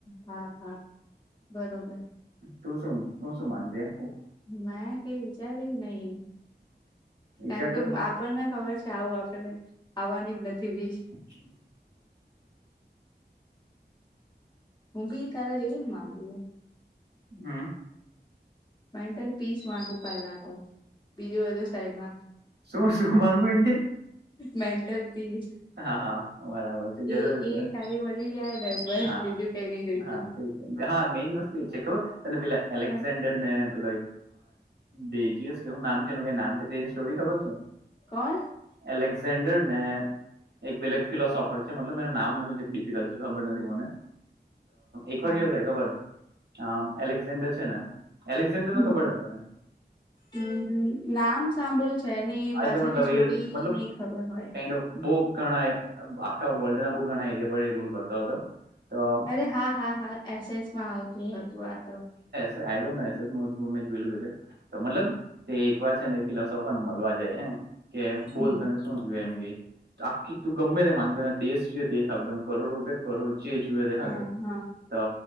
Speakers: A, on the left; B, on the right.
A: હા હા બરોબર
B: તું શું તું શું માને હ
A: મેં કઈ વિચાર્યું નઈ
B: વિચાર
A: કારણ કે
B: તો ખરી
A: આપણને ખબર છે આવુ અને આવવાની જ નથી બી
B: હમ
A: હું બી તારેા જ એવું જ માંગુ
B: હમ્મ
A: મા ત્યારે પીસ માંગુ પેલા તો બીજું બધુ સાઈડમા
B: શું શું માંગુ એ કે
A: મેન્ટલ પીસ
B: હા હા બરાબર છે જરૂર
A: એ
B: છે
A: એ ખાલી મળી જાય ને બસ
B: હા
A: બીજું કઈ નઈ જોયતુ
B: હા તે હા મેઇન વસ્તુ એ છે કે તને પેલા એલેક્ઝાન્ડર
A: હા
B: ને પે બેેજીયસ કે શું નામ છે એનું કઈ નામ છે તેની સ્ટોરી ખબર છે.
A: કોણ
B: એલેક્ઝાન્ડર ને એક પેલે એક ફિલોસોફર છે મતલબ એનું નામ ડિફિકલ્ટ છે ખબર નથી મને એક વાર
A: હા
B: કેવું થાય ખબર આ એલેક્ઝાન્ડર છે ને એલેક્ઝાન્ડર
A: હમ
B: તો ખબર તને
A: હમ નામ સાંભળ્યું છે એની
B: હા
A: પાછળની
B: એટલે મતલબ
A: સ્ટોરી
B: એ મતલબ
A: નઈ ખબર હોય.
B: કાઇન્ડ ઓફ બહુ ઘણા આખા વર્લ્ડના બહુ ઘણા એરિયા પર રૂલ કરતો હતો. તો
A: અરે હા હા હા એસેએસ માં આવતું હતુ, આ તો
B: મે જોય મતલબ તે એક વાર છે ને, ફિલોફરને મળ જ કે
A: હમ
B: બોલ તમે શું જોય એમ કે આખી તું ગમે તે માંગતાને દેશ જોઈએ દ આપડ કરોડો રૂપિયા કર જે જુએખ
A: હા હા
B: તો